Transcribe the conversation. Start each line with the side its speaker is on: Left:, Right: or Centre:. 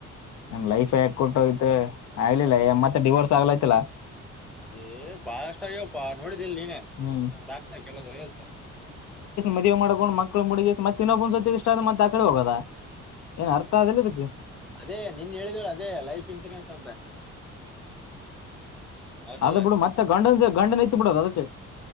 Left: ನಂಗ ಲೈಫ್ ಹಾಕ್ಕಟ್ಟುಯ್ತ ಆಗ್ಲಿಲ್ಲ ಮತ್ತೆ ಡಿವೋರ್ಸ್ ಆಗ್ಲತಲ್ಲಾ
Centre: ಏ ಬಾಳ ಇಷ್ಟ ಆಗ್ಯಪ್ಪಾ ನೋಡಿದ ಇಲ್ ನೀನೇ
Left: ಹ್ಮ್
Centre: ಇನ್ನೊಂದ ಆಾಕ್ತಾ ಕೆಲದ್ರ ಎಲ್ಸ
Left: ಮದುವ ಮಾಡಕೊಂಡ್ ಮಕ್ಳ ಮುಗ ಮತ್ತ ಇಬ್ ಒಂದ ಸತಿ ಇಷ್ಟ ಅ ಮತ್ತ ಅ ಕಡೆ ಹೋಗದ ಏನ್ ಅರ್ಥ ಆದಿಲ್ಲ ಇದಕ್ಕೆ
Centre: ಅದೇ ನಿನ್ ಹೇಳಿದವಳು ಅದೇ ಲೈಫ್ ಇನ್ಶೂರೆನ್ಸ್ ಅಂತ ಹೌದಲ್ಲ
Left: ಅ ಬಿಡ ಮತ್ತೆ ಗಂಡ ಗಂಡ ನೈತ ಬಿಡದು ಅದಕ್ಕೆ